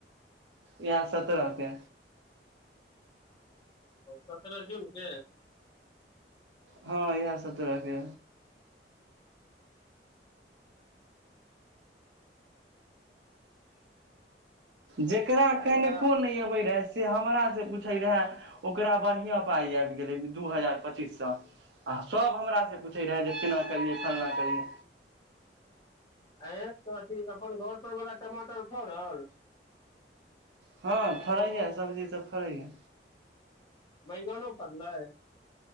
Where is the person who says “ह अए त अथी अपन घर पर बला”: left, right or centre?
Left